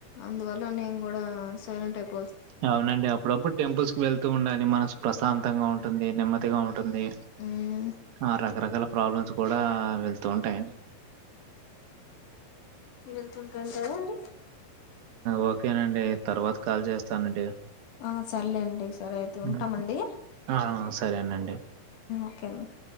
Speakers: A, on the left; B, on the right.
A: అందువల్ల నేను కూడా సైలెంట్ అయిపో
B: అవునండి అప్పుడప్పుడు టెంపుల్స్ కి వెళ్తూ ఉండాలి మనసు ప్రశాంతంగా ఉంటుంది నెమ్మదిగా ఉంటుం ఉంటుంది
A: మ్మ్
B: ఆ రకరకాల ప్రాబ్లమ్స్ కూడా వెళ్తు తూంటాయని
A: వెళ్తుంటారా <unintelligible>
B: ఓకేనండి తర్వాత కాలు చేస్తానండి
A: ఆ సరలే అండి సరే అయితే ఉంటామండి
B: హ్మ్. ఆ! సరేనండి.
A: ఓకేనండి